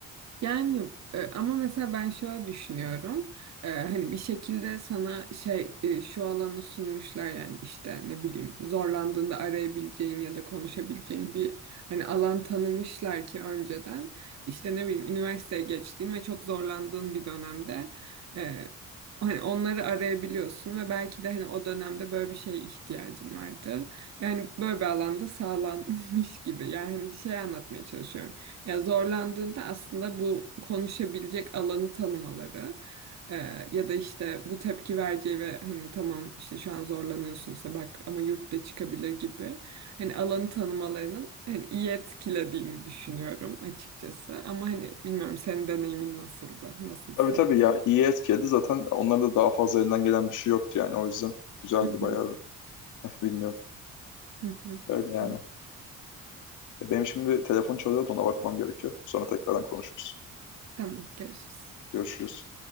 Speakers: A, on the right; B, on the left.
A: Yani e, ama mesela ben şöyle düşünüyorum. E, hani bir şekilde sana şey e, şu alanı sunmuşlar yani işte ne bileyim zorlandığında arayabileceğin ya da konuşabileceğin bir hani alan tanımışlar ki önceden işte ne bileyim üniversiteye geçtiğin ve çok zorlandığın bir dönemde e, hani onları arayabiliyorsun ve belki de hani o dönemde böyle bir şeye ihtiyacın vardı. Yani böyle bir alanda sağlanmış <laughs> gibi. Yani hani şey anlatmaya çalışıyorum. Ya zorlandığında aslında bu konuşabilecek alanı tanımaları e, ya da işte bu tepki vereceği ve hani tamam işte şu an zorlanıyorsun işte bak ama yurtta çıkabilir gibi hani alanı tanımalarının hani iyi etkilediğini düşünüyorum açıkçası. Ama hani bilmiyorum senin deneyimin nasıldı? Nasıl hissettin?
B: Tabii tabii ya iyi etkiledi zaten onların da daha fazla elinden gelen bir şey yoktu yani o yüzden güzeldi
A: Hı hı,
B: bayağı bir. <laughs> Bilmiyorum.
A: hı hı.
B: Öyle yani.
A: Hı.
B: Benim şimdi bir telefon çalıyordu ona bakmam gerekiyor. Sonra tekrardan konuşuruz.
A: Tamam görüşürüz.
B: Görüşürüz.